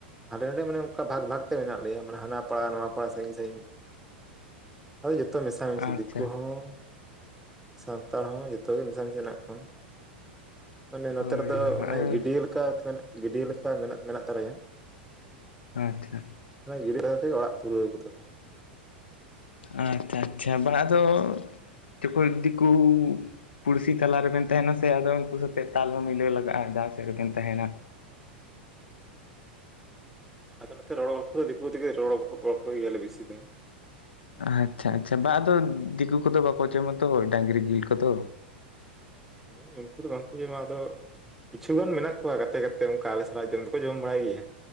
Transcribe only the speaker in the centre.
ᱦᱟᱸᱰᱮ ᱱᱟᱸᱰᱮ ᱢᱟᱱᱮ ᱚᱱᱠᱟ ᱵᱷᱟᱜᱽ ᱵᱷᱟᱜᱽ ᱛᱮ ᱢᱮᱱᱟᱜ ᱞᱮᱭᱟ᱾ᱢᱟᱱᱮ ᱦᱟᱱᱟ ᱯᱟᱲᱟ ᱱᱚᱣᱟ ᱯᱟᱲᱟ ᱥᱟᱸᱜᱤᱧ ᱥᱟᱸᱜᱤᱧ ᱜᱮ᱾
ᱟᱫᱚ ᱡᱚᱛᱚ ᱢᱮᱥᱟ ᱢᱤᱥᱤ
ᱫᱤᱠᱩ ᱦᱚᱸ ᱥᱟᱱᱛᱟᱲ ᱦᱚᱸ ᱡᱚᱛᱚ ᱜᱮ ᱢᱮᱥᱟ ᱢᱤᱥᱤ ᱦᱮᱱᱟᱜ ᱠᱚᱣᱟ᱾ ᱢᱟᱱᱮ ᱱᱚᱛᱮ
ᱨᱮᱫᱚ
ᱚᱱᱮ
ᱜᱤᱰᱭᱟᱹ ᱞᱮᱠᱟ ᱢᱮᱱ ᱜᱟᱹᱰᱭᱟᱹ ᱞᱮᱠᱟ ᱢᱮᱱᱟᱜ ᱢᱮᱱᱟᱜ ᱛᱟᱞᱮᱭᱟ᱾
ᱢᱟᱱᱮ ᱜᱤᱫᱽᱨᱟᱹ ᱟᱛᱮᱜ ᱚᱲᱟᱜ ᱯᱩᱨᱟᱹᱣ ᱠᱟᱫᱟ ᱠᱚ᱾
ᱟᱫᱚ ᱱᱚᱛᱮ ᱨᱚᱲ ᱜᱚᱞᱯᱷᱚ ᱫᱚ ᱫᱤᱠᱩ ᱛᱮᱜᱮ ᱨᱚᱲ ᱜᱚᱞᱯᱷᱚ ᱜᱮᱭᱟ ᱞᱮ ᱵᱤᱥᱤ ᱫᱚ᱾
ᱦᱮᱸ ᱩᱱᱠᱩ ᱫᱚ ᱵᱟᱝᱠᱩ ᱡᱚᱢᱟ ᱟᱫᱚ ᱠᱤᱪᱷᱩ ᱜᱟᱱ ᱢᱮᱱᱟᱜ ᱠᱚᱣᱟ ᱜᱟᱛᱮ ᱜᱟᱛᱮ ᱚᱱᱠᱟ ᱟᱞᱮ ᱥᱟᱞᱟᱜ ᱡᱚᱢ ᱫᱚᱠᱚ ᱡᱚᱢ ᱵᱟᱲᱟᱭ ᱜᱮᱭᱟ᱾